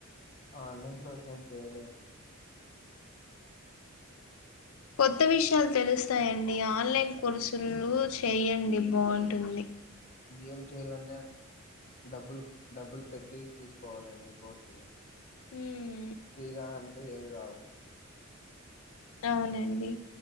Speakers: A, on the left; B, on the left.
A: ఆన్లైన్ కోర్సు ఏం చేయలేదు
B: కొత్త విషయాలు తెలుస్తాయండి ఆన్లైన్ కోర్సులు చేయండి అది బాగుంటుంది
A: ఏం చెయాలండి డబ్బులు డబ్బులు పెట్టి తీసుకోవాలండి కోర్సులు
B: హుమ్
A: ఫ్రీగా అంటే ఏవి రావు
B: అవునండి